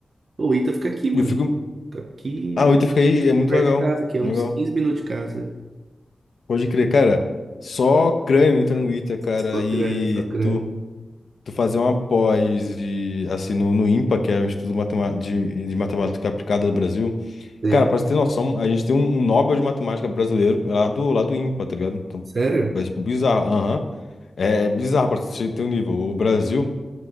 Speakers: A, on the right; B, on the left.
A: Ô, o Ita fica aqui, mano.
B: E eu fico.
A: Fica aqui,
B: Ah, o Ita fica aí, é muito
A: fica perto
B: legal.
A: de casa, aqui, é
B: Legal.
A: uns quinze minutos de casa.
B: Pode crer, cara. Só crânio entra no Ita, cara,
A: Só
B: e
A: crânio, só crânio.
B: tu, tu fazer uma pós de, assim, no, no IMPA, que é o Instituto Matema- de, de Matemática Aplicada do Brasil.
A: Sei.
B: Cara, pra você ter noção, a gente tem um, um Nobel de Matemática brasileiro lá do, lá do IMPA, tá ligado? Então,
A: Sério?
B: é tipo bizarro. Aham. É é bizarro pra você ter um nível. O Brasil,